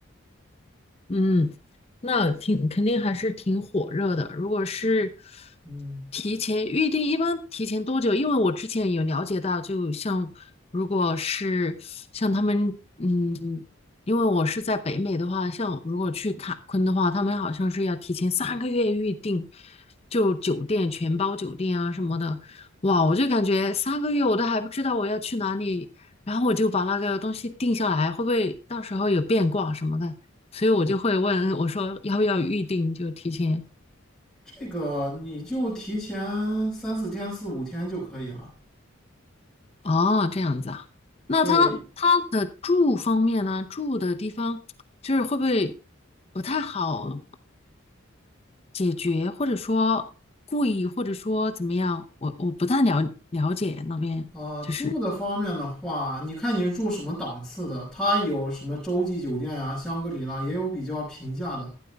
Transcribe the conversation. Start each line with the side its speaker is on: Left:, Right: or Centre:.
Left: 嗯，那挺肯定还是挺火热的。如果是
Centre: 嗯，
Left: 提前预定，一般提前多久？因为我之前有了解到，就像如果是像他们，嗯，因为我是在北美的话，像如果去坎昆的话，他们好像是要提前三个月预定，就酒店全包酒店啊什么的。哇，我就感觉三个月我都还不知道我要去哪里，然后我就把那个东西定下来，会不会到时候有变卦什么的？所以我就会问我说要不要预定，就提前。
Centre: 这个你就提前三四天、四五天就可以了。
Left: 哦，这样子啊。那他他的住方面呢？
Centre: 对，
Left: 住的地方就是会不会不太好解决，或者说贵，或者说怎么样？我我不太了了解那边，
Centre: 呃，
Left: 就是
Centre: 住的方面的话，你看你是住什么档次的，它有什么洲际酒店呀、香格里拉，也有比较平价的。